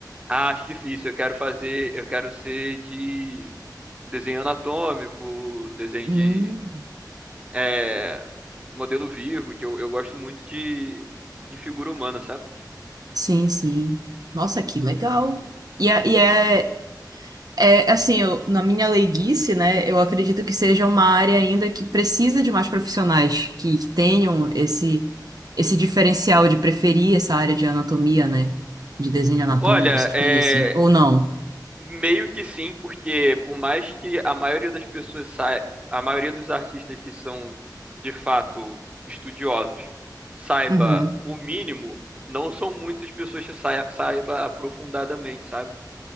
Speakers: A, on the right; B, on the right.
A: Ah, acho difícil. Eu quero fazer. Eu quero ser de desenho anatômico, desenho
B: Hum,
A: de é, modelo vivo, que eu, eu gosto muito de, de figura humana, sabe?
B: sim, sim. Nossa, que legal. E é, É, assim, eu- na minha leiguice, né, eu acredito que seja uma área ainda que precisa de mais profissionais que, que tenham esse, esse diferencial de preferir essa área de anatomia, né, de desenho anatômico,
A: Olha,
B: essas
A: é,
B: coisas assim. Ou não?
A: Meio que sim, porque por mais que a maioria das pessoas saia, a maioria dos artistas que são de fato estudiosos saiba
B: Uhum.
A: o mínimo, não são muitas pessoas que saia- saiba aprofundadamente, sabe?